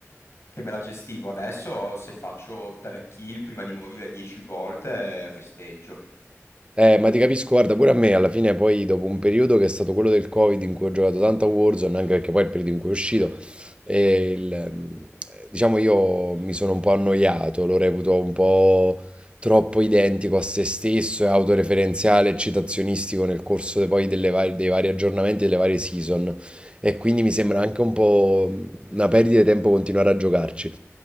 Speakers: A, on the left; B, on the right.
A: che me la gestivo. Adesso se faccio 3 kill prima di morire 10 volte, eh, festeggio.
B: Eh, ma ti capisco, guarda, pure a me alla fine poi dopo un periodo che è stato quello del Covid in cui ho giocato tanto a Warzone, anche perché poi è il periodo in cui è uscito, e il- eh, diciamo io mi sono un po' annoiato, lo reputo un po' troppo identico a se stesso e autoreferenziale e citazionistico nel corso de- poi delle varie- dei vari aggiornamenti e delle varie season, e quindi mi sembra
A: Mhm.
B: anche un po' una perdita di tempo continuare a giocarci.